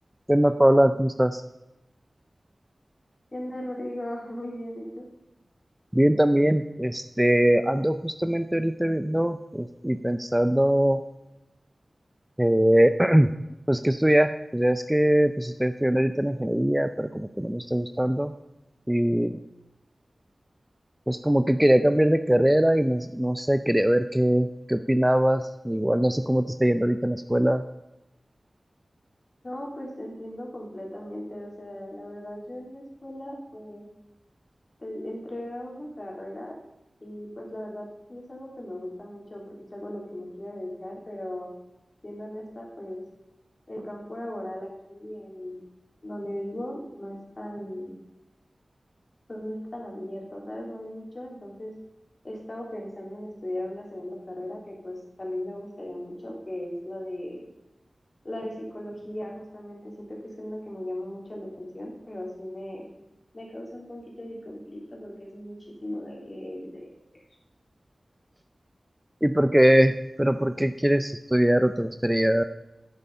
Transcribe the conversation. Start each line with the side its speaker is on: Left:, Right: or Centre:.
Centre: ¿Qué onda, Paula? ¿Cómo estás?
Left: ¿Qué onda, Rodrigo? <laughs> Muy bien, ¿y tú?
Centre: Bien también. Este, ando justamente ahorita viendo es- y pensando, eh, <clears throat> pues, qué estudiar. Pues ya es que pues, estoy estudiando ahorita en ingeniería, pero como que no me está gustando. Y pues como que quería cambiar de carrera y no, no sé, quería ver qué, qué opinabas. Igual no sé cómo te está yendo ahorita en la escuela.
Left: No, pues te entiendo completamente. O sea, la verdad, yo en la escuela, pues, te- entré a una carrera y pues la verdad sí es algo que me gusta mucho porque es algo a lo que me quiero dedicar, pero siendo honesta, pues el campo laboral aquí en donde vivo no es tan, pues, no es tan abierto, ¿sabes? No hay mucho, entonces he estado pensando en estudiar una segunda carrera que pues también me gustaría mucho, que es la de La de psicología, justamente, siento que es una que me llama mucho la atención, pero sí me, me causa un poquito de conflicto porque es muchísimo de leer y de leer.
Centre: ¿Y por qué? ¿Pero por qué quieres estudiar o te gustaría